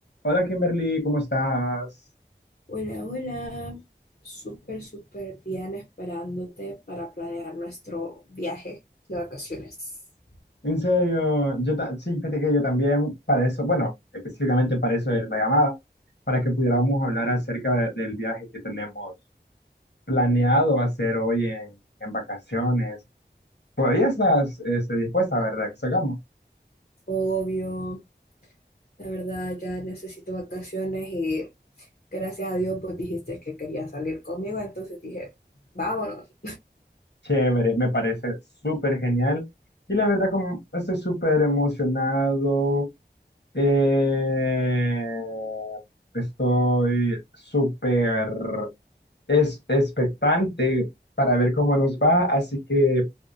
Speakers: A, on the left; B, on the left.
A: Hola Kimberly, ¿cómo estás?
B: Hola, hola. Súper, súper bien esperándote para planear nuestro viaje de vacaciones.
A: En serio, yo ta- sí, fíjate que yo también para eso, bueno, específicamente para eso era la llamada, para que pudiéramos hablar acerca de- del viaje que tenemos planeado hacer hoy en, en vacaciones. Todavía estás este, dispuesta, ¿verdad? Que salgamos.
B: Obvio, la verdad ya necesito vacaciones y gracias a Dios pues dijiste que querías salir conmigo, entonces dije, vámonos.
A: Chévere, me parece súper genial. Y la verdad, como estoy súper emocionado. Eh, estoy súper es expectante para ver cómo nos va, así que